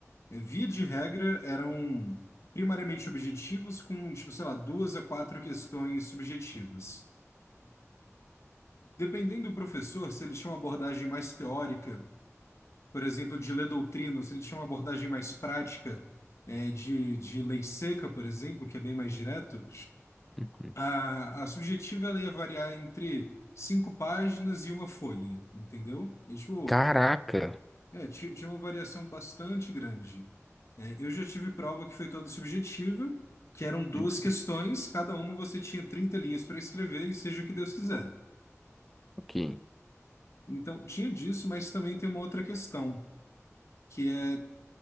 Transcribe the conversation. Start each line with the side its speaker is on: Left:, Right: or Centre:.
Left: Via de regra, eram primariamente objetivos com, tipo, sei lá, duas a quatro questões subjetivas. Dependendo do professor, se ele tinha uma abordagem mais teórica, por exemplo, de ler doutrina, ou se ele tinha uma abordagem mais prática, é, de, de lei seca, por exemplo, que é bem mais direto,
Centre: Uhum.
Left: a, a subjetiva ela ia variar entre cinco páginas e uma folha, entendeu? E, tipo,
Centre: Caraca.
Left: É, ti- tinha uma variação bastante grande. É, eu já tive prova que foi toda subjetiva, que eram duas
Centre: Hum,
Left: questões, cada uma você tinha 30 linhas para escrever e seja o que Deus quiser.
Centre: Ok.
Left: Então, tinha disso, mas também tem uma outra questão que é